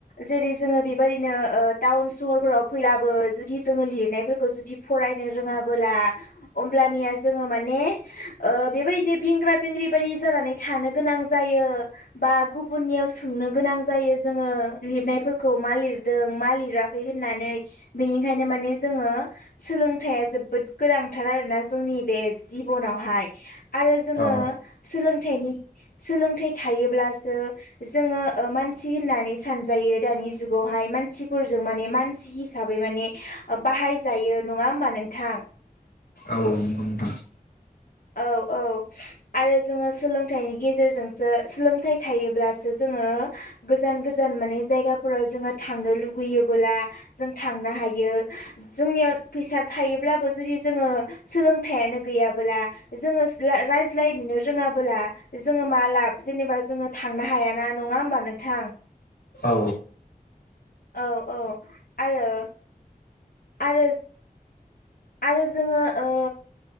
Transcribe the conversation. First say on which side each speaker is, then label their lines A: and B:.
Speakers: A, on the left; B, on the left.
A: जेरै जोङो बेबायदिनो ओ टाउन सहरफोराव फैब्लाबो जुदि जोङो लिरनायफोरखौ जुदि फरायनो रोङाबोला अब्लानिया जोङो माने ओ बेबायदिनो बेंग्रा बेंग्रि बायदि जानानै थानो गोनां जायो बा गुब गुबुननियाव सोंनो गोनां जायो जोङो लिरनायफोरखौ मा लिरदों मा लिराखै होननानै बेनिखायनो माने जोङो सोलोंथाइया जोबोद गोनांथार आरोना जोंनि बे जि बनावहाय आरो जोङो
B: औ
A: सोंलों थाइनि सोलोंथाइ थायोब्लासो जोङो मानसि होननानै सानजायो दानि जुगावहाय मानसिफोरजों माने मानसि हिसाबै माने बाहायजायो नङा होमबा नोंथां?
B: औ नंगौ नोंथां।
A: औ औ आरो जोङो सोलोंथाइनि गेजेरजोंसो सोलोंथाइ थायोब्लासो जों जोङो गोजान गोजान माने जायगाफोराव जोङो थांनो लुगैयोबोला जों थांनो हा यो जोंनियाव फैसा थायोब्लाबो जुदि जोङो सोलोंथाइयानो गैयाबोला जोङो रायज्लायनोनो रोङाबोला जोङो मा लाब जेनेबा जोङो थांनो हायाना। नङा होमबा नोंथां?
B: औ
A: औ औ आरो आरो आरो जोङो ओ